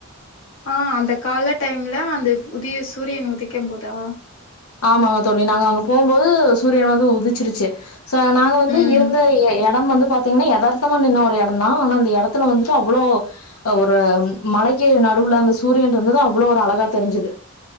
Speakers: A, on the left; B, on the left.
A: ஆ அந்த கால டைம்ல அந்த உதிய சூரியன் உதிக்கும் போதா
B: ஆமாங்க தோழி நாங்க அங்க போம்போது சூரியன் வந்து உதிச்சிருச்சு. ச நாங்க வந்து
A: ம்
B: இருந்த எ எட நம்ம வந்து பாத்தீங்கன்னா எதார்த்தமா நின்ன ஒரு எடம் தா ஆனா அந்த எடத்துல வந்துட்டு அவ்வளோ ஒரு மலைக்கு நடுவுல அந்த சூரியன் இருந்தது அவ்வளோ ஒரு அழகா தெரிஞ்சுது.